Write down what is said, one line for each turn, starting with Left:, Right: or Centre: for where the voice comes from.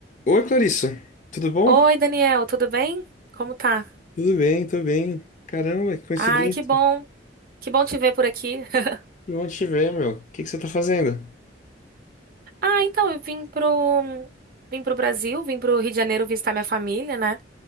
Left: Oi, Clarissa. Tudo bom?
Right: Oi, Daniel, tudo bem? Como tá?
Left: Tudo bem, tudo bem. Caramba, que coincidência.
Right: Ai, que bom. Que bom te ver por aqui. <laughs>
Left: Que bom te ver, meu. O que que você tá fazendo?
Right: Ah, então, eu vim pro, vim pro Brasil, vim pro Rio de Janeiro visitar minha família, né?